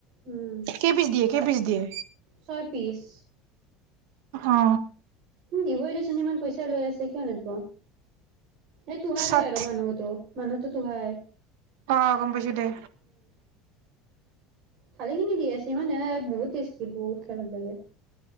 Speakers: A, on the right; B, on the right.
A: উম
B: কেই পিছ দিয়ে কেই পিছ দিয়ে
A: ছয় পিচ
B: অ
A: দিবই দেচোন ইমান পইচা লৈ আছে কিয় নিদব? এ তোহাৰেই
B: ষাঠি
A: আৰু মানুহতো মানুহটো তো ভাই
B: অ গম পাইছো দে
A: খালি খিনি দি আছে ইমানে বহুত টেষ্টি বহুত খাই ভাল লাগে